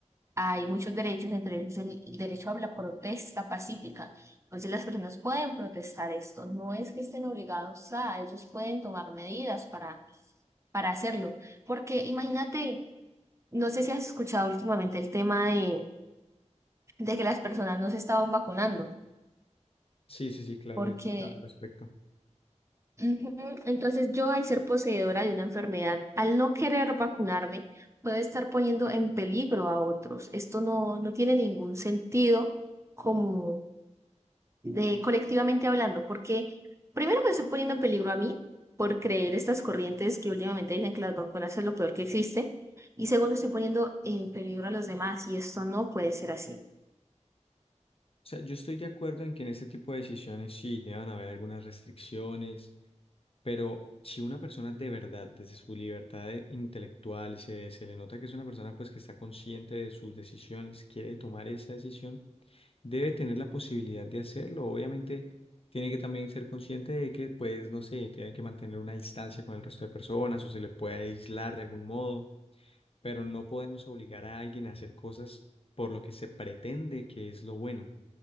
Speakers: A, on the right; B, on the left.
A: hay muchos derechos, entre ellos el derecho a la protesta pacífica. Entonces las personas pueden protestar esto, no es que estén obligados a, ellos pueden tomar medidas para, para hacerlo. Porque imagínate, no sé si has escuchado últimamente el tema de, de que las personas no se estaban vacunando,
B: Sí, sí, sí, claro,
A: porque
B: he escuchado al respecto.
A: ujú, entonces yo al ser poseedora de una enfermedad, al no querer vacunarme, puedo estar poniendo en peligro a otros. Esto no, no tiene ningún sentido como de colectivamente hablando, porque primero me estoy poniendo en peligro a mí por creer estas corrientes que últimamente dicen que las vacunas es lo peor que existe, y segundo estoy poniendo en peligro a los demás y esto no puede ser así.
B: O sea, yo estoy de acuerdo en que en este tipo de decisiones sí deban haber algunas restricciones, pero si una persona de verdad, desde su libertad de- intelectual, y se, se le nota que es una persona pues que está consciente de sus decisiones, quiere tomar esa decisión, debe tener la posibilidad de hacerlo. Obviamente tiene que también ser consciente de que pues no sé, tiene que mantener una distancia con el resto de personas o se le puede aislar de algún modo, pero no podemos obligar a alguien a hacer cosas por lo que se pretende que es lo bueno.